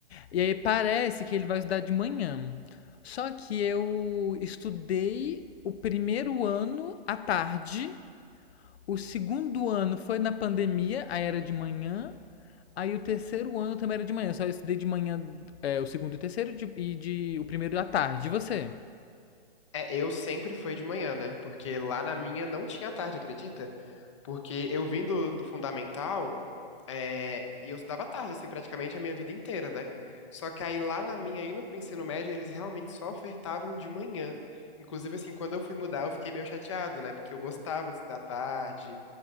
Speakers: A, on the left; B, on the left.
A: E aí parece que ele vai estudar de manhã. Só que eu estudei o primeiro ano à tarde, o segundo ano foi na pandemia, aí era de manhã. Aí o terceiro ano também era de manhã, só eu estudei de manhã é, o segundo e o terceiro de- e de, o primeiro à tarde. E você?
B: É, eu sempre fui de manhã, né? Porque lá na minha não tinha tarde, acredita? Porque eu vim do, do fundamental. É, e eu estudava tarde, assim, praticamente a minha vida inteira, né? Só que aí lá na minha, indo pro ensino médio, eles realmente só ofertavam de manhã. Inclusive, assim, quando eu fui mudar, eu fiquei meio chateado, né? Porque eu gostava de estudar tarde,